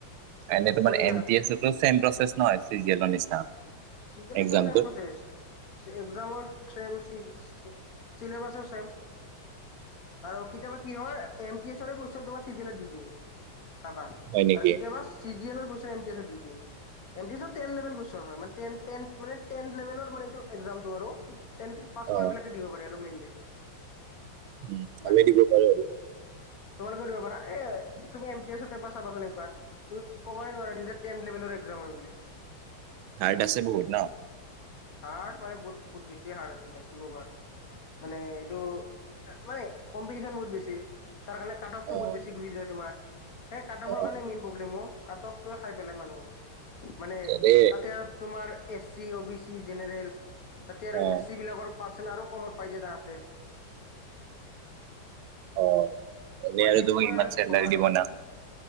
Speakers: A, on the right; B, on the left.
A: এনে তোমাৰ
B: কৰি
A: এন তি এছটো ছেম পচেশ নহয় চিৰিয়েলৰ নিচিনা।
B: চিজনেচৰ
A: এক্সামটোত?
B: ছেম প্ৰচেছ। এক্সামৰম ছেম চিছ চিলেবাছৰ চেম। আৰু কেতিয়াবা কি হয় এম পি এ চৰে তোমাৰ চিজেলত দি দিয়ে, চাবা
A: হয় নেকি?
B: আৰু কেতিয়াবা- চিজিয়েলৰ কোৱেচন এম টি এছত দি দিয়ে, এম পি এছত তেন লেভেল কুৱেচন হয় মানে- টেন টেন মানে টেন লেভেলৰ মানে এইটো এক্সমটো আৰু। তেন পাছ
A: অ',
B: কৰা বিলাকে দিব পাৰে আৰু মেইনলি।
A: উম, আমি
B: মানে
A: দিব পাৰো আৰু।
B: তোমাৰ দিব পাৰা এ তুমি এম পি এছত চাবা চোন একবাৰ। তুমি কোবাই নোৱাৰা টেন লেভেলৰ এক্সাম হয় বুলি।
A: হাৰ্ড আছে বহুত ন।
B: হাৰ্ড মানে বহুত বহুত বেছি হাৰ্ড আছে, কেটিকোভাৰটো। মানে এইটো মানে কম্পিটিচন বহুত বেছি। তাৰ কাৰণে কাতফটো
A: অ',
B: বহুত বেছি গুচি যায় তোমাৰ। সেই কাতফৰ
A: অ'।
B: কাৰণে মেইন প্ৰব্লেম অ, কাটফটোৱে খাই পেলাই মানুহক মানে
A: এনে
B: তাতে- তোমাৰ এ চি অ বি চি জেনেৰেল তাতে আৰু
A: অ',
B: এছ চি বিলাকৰ পাৰ্চন আৰু ক- পাই যে তাহাঁতে
A: অ, এনে
B: মানে
A: ইমান
B: এনেকুৱা
A: চেণ্টাৰ
B: কম
A: নিদিব
B: আৰু
A: না।